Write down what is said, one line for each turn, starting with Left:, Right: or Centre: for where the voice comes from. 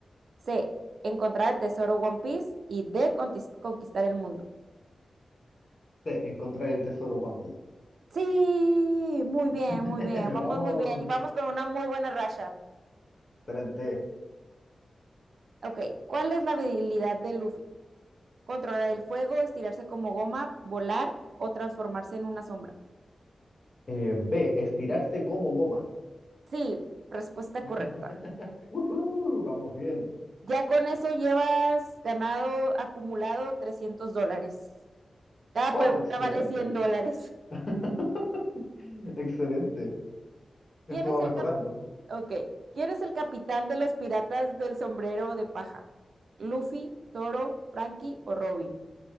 Right: C. Encontrar el tesoro One Piece. Y D. contis- Conquistar el mundo.
Left: C, encontrar el tesoro One Piece.
Right: Sí, muy bien,
Left: <laughs>
Right: muy bien. Vamos
Left: Vamos,
Right: muy bien. Vamos con una muy buena racha.
Left: excelente.
Right: Ok, ¿cuál es la habilidad de Luffy? Controlar el fuego, estirarse como goma, volar o transformarse en una sombra.
Left: Eh, B, estirarse como goma.
Right: Sí, respuesta correcta.
Left: <laughs> Ujú, vamos bien.
Right: Ya con eso llevas ganado acumulado 300 dólares. Cada
Left: Oh,
Right: pregunta
Left: excelente,
Right: vale 100 dólares.
Left: <laughs> excelente.
Right: <laughs>
Left: Esto
Right: ¿Quién es
Left: va
Right: el
Left: mejorando.
Right: cap- Ok, ¿quién es el capitán de los piratas del sombrero de paja? ¿Luffy, Zoro, Frankie o Robin?